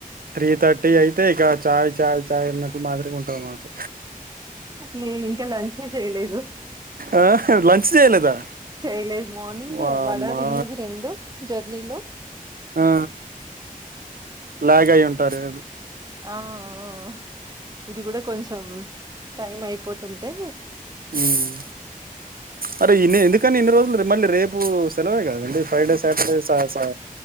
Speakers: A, on the right; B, on the right.
A: త్రీ థర్టీ అయితే ఇక చాయ్ చాయ్ ఛాయన్నట్టు మాదిరిగా ఉంటుంది మాకు.
B: నేను ఇంకా లంచే చేయలేదు.
A: ఆ లంచ్ చేయలేదా.
B: చేయలే. మార్నింగ్
A: వామ్మా
B: వడా తిన్నది రెండు జర్నీలో.
A: ఆ లాగ్ అయి ఉంటారు.
B: ఆ ఆ. ఇది కూడా కొంచ్. టైం అయిపోతుంటే.
A: మ్ అరే ఇన్ని ఎందుకని ఇన్ని రోజులు మళ్ళీ రేపు సెలవే కదండి ఫ్రైడే సాటర్డే స స.